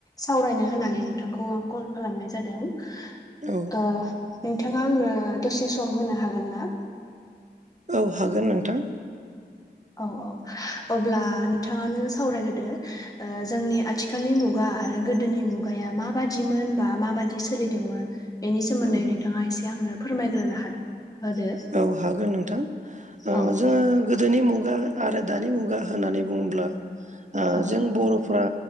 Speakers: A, on the left; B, on the right.
A: सावरायनो होननानै नोंथांखौ आं कल खालामनाय जादों।
B: औ
A: ओ नोंथाङा आंनो दसे सम होनो हागोन ना?
B: औ हागोन नोंथां।
A: औ औ अब्ला नोंथाङानो सावरायग्रोदो। ओ जोंनि आथिखालनि मुगा आरो गोदोनि मुगाया माबादिमोन बा माबादि सोलिदोंमोन। बेनि सोमोन्दै
B: औ
A: नोंथाङा एसे आंनो फोरमायग्रोनो <unintelligible> होदो
B: औ हागोन नोंथां ओ
A: औ
B: जोङो गोदोनि मुगा आरो दानि मुगा होननानै बुङोब्ला ओ
A: औ
B: जों बर'फ्रा